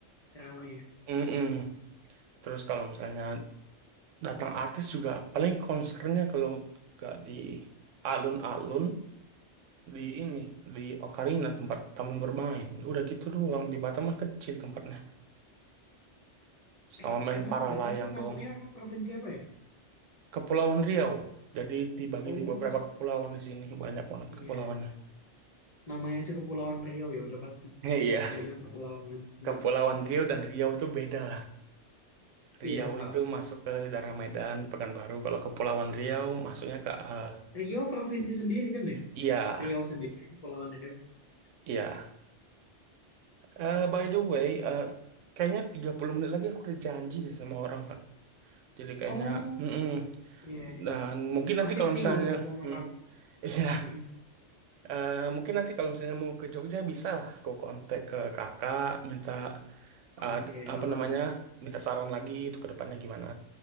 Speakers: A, on the left; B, on the right.
A: rame ya.
B: Mm-mm. terus kalau misalnya datang artis juga paling konsernya kalau nggak di alun-alun di ini di Ocarina tempat taman bermain udah gitu doang di Batam mah kecil tempatnya sama
A: Eh,
B: main
A: emang
B: para
A: Batam
B: layang
A: tuh masuknya
B: doang
A: provinsi apa ya?
B: Kepulauan Riau. Jadi dibagi
A: Oh,
B: di beberapa
A: masuk.
B: kepulauan di sini. Banyak banget
A: Iya,
B: kepulauannya.
A: iya.
B: <laughs>
A: Namanya aja Kepulauan Riau ya udah pasti.
B: Iya,
A: Bentuknya kepulauan.
B: Kepulauan
A: Nah,
B: Riau dan Riau itu beda. Riau
A: iya, ha.
B: itu masuk ke daerah Medan, Pekanbaru. Kalau Kepulauan Riau masuknya ke eh,
A: Riau provinsi sendiri kan ya?
B: iya,
A: Riau sendiri, Kepulauan Riau sendiri.
B: iya. Eh, by the way, eh, kayaknya 30 menit lagi aku ada janji deh sama orang, Kak. Jadi kayaknya,
A: Oh,
B: mm-mm.
A: iya iya.
B: Dan mungkin nanti
A: Asik
B: kalau
A: sih
B: misalnya,
A: ngobrol sama
B: mm,
A: kamu.
B: iya,
A: Mm-mm.
B: Eh, mungkin nanti kalau misalnya mau ke Jogja bisa lah. Aku kontak ke kakak, minta ah,
A: Oke,
B: d- apa
A: aman
B: namanya
A: aman.
B: minta saran lagi itu ke depannya gimana.